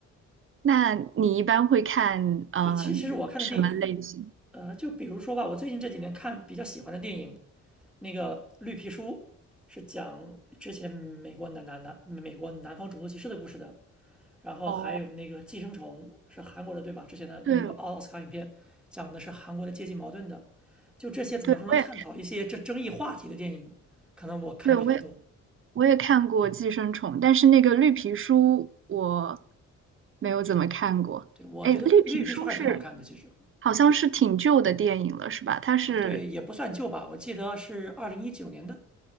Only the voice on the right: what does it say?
那你一般会看，嗯、
什么类型？
哦，
对，
对，我也，
对，我也，我也看过《寄生虫》，但是那个绿皮书我没有怎么看过。
哎，绿皮书是
好像是挺旧的电影了，是吧？它是